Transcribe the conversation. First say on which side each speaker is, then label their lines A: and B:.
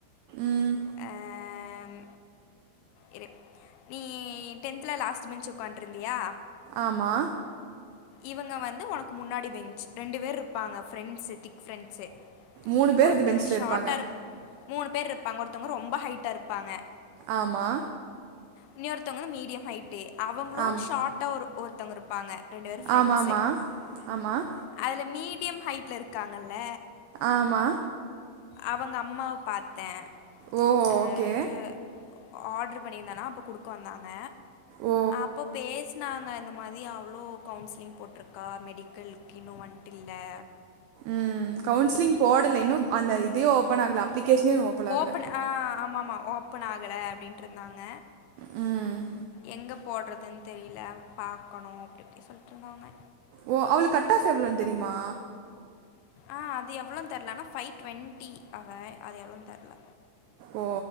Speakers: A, on the right; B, on the left.
A: ம்
B: அம் இரு நீ டென்த்ல லாஸ்ட்டு பெஞ்ச் உட்காண்ட்ருந்தியா
A: ஆமா
B: இவுங்க வந்து ஒனக்கு முன்னாடி பெஞ்ச் ரெண்டு வேர்ருப்பாங்க ஃபிரெண்ஸு திக் ஃபிரெண்ஸு
A: மூணு பேர்
B: ஒருத்தங்க
A: அந்த பெஞ்சில்
B: ஷாட்டாருப்
A: இருப்பாங்க
B: மூணு பேருப்பாங்க ஒருத்தவ்ங்க ரொம்பா ஹைட்டா இருப்பாங்க
A: ஆமா
B: இன்னியொருத்தவ்ங்குளு மீடியம் ஹைட்டு அவங்ளு
A: ஆம்
B: ஷாட்டா ஒரு ஒருத்தவ்ங்க இருப்பாங்க ரெண்டுவேரு ஃபிரெண்ஸு
A: ஆமாம்மா ஆமாம்
B: அதுல மீடியம் ஹைட்ல இருக்காங்கல்ல
A: ஆமா
B: அவங்க அம்மாவ் பாத்தே
A: ஓ
B: அ
A: ஓகே
B: இது ஆர்ட்ரு பண்ணியிருந்தனா அப்போ குடுக்க வந்தாங்க
A: ஓ
B: அப்போ பேஸ் னாங்க இந்த மாதி அவுளோ கவுன்ஸ்லிங் போட்ருக்கா மெடிக்கல்க் இன்னு வன்ட்டில்ல இல்ல
A: ம் கவுன்ஸ்லிங் போடல இன்னு
B: இருந்தாங்க
A: அந்த இதே ஓப்பன் ஆகுல அப்ளிகேஷ்னே ஓப்பல் ஆகல
B: ஓப்பன் ஆ ஆமா ஆமா ஓப்பன் ஆகல அப்டின்ட்ருந்தாங்க
A: ம்
B: எங்க போட்றதுன் தெரில பாக்கணு அப்டி இப்டி சொல்ட்ருந்தாங்க
A: ஓ அவுளு கட் ஆஃப் எவ்ளோன் தெரிமா
B: ஆ அது எவ்ளோன் தெர்ல ஆனா ஃபை ட்வொண்ட்டி அவ அது எவ்ளோன் தெர்ல
A: ஓ